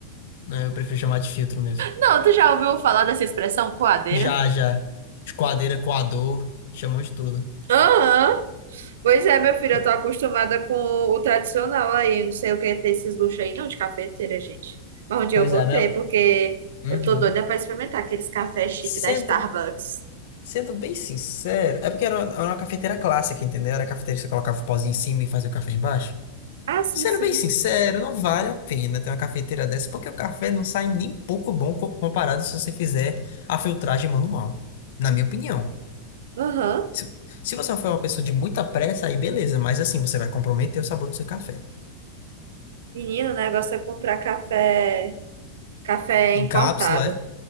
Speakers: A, on the left (about 55°); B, on the right (about 60°).
A: né, eu prefiro chamar de filtro mesmo.
B: Não, tu já ouviu falar dessa expressão coadeira?
A: Já, já. Esquadeira, coador. Chamou de tudo.
B: Aham. Pois é, meu filho,
A: Po-
B: eu tô acostumada com o tradicional aí. eu Não sei o que é ter esses luxos aí, não, de cafeteira, gente. Mas onde
A: Pois
B: eu vou
A: é,
B: ter,
A: meu.
B: porque
A: Uhum.
B: eu tô doida pra experimentar aqueles cafés chiques
A: Sendo,
B: da Starbucks.
A: sendo bem sincero. É porque era, uma era uma cafeteira clássica, entendeu? Era a cafeteira que você colocava o pozinho em cima e fazia o café embaixo.
B: Ah, sim,
A: Sendo
B: sim.
A: bem sincero, não vale a pena ter uma cafeteira dessa, porque o café não sai nem pouco bom co- comparado se você fizer a filtragem manual, na minha opinião.
B: Aham.
A: Se, se você for uma pessoa de muita pressa, aí beleza, mas assim, você vai comprometer o sabor do seu café.
B: Menino, o negócio é comprar café, café importado.
A: Em cápsula, é?